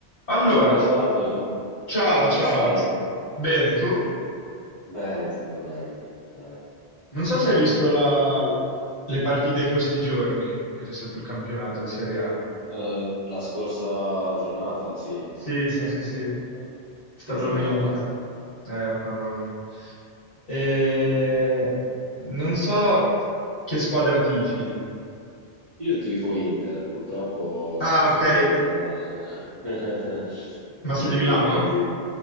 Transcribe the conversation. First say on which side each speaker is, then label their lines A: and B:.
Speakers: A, on the left; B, on the right.
A: Allora,
B: Ciao Edoardo,
A: st- ciao,
B: come
A: ciao.
B: stai?
A: Bene, tu?
B: Bene, tutto bene. Dai,
A: Non
B: si
A: so
B: va.
A: se hai visto la- le partite in questi giorni, che c'è stato il campionato di Serie A.
B: Eh, la scorsa giornata, sì,
A: Sì, sì,
B: certo
A: sì, sì,
B: che l'ho vista.
A: sta
B: Che giornata,
A: domenica. Eh, Madonna. E...
B: eh? <laughs>
A: Non so che squadra tifi.
B: Io tifo Inter, purtroppo
A: Ah,
B: è stata
A: ok.
B: una giornataccia. <laughs>
A: Ma sei
B: Quindi
A: di Milano?
B: prendi...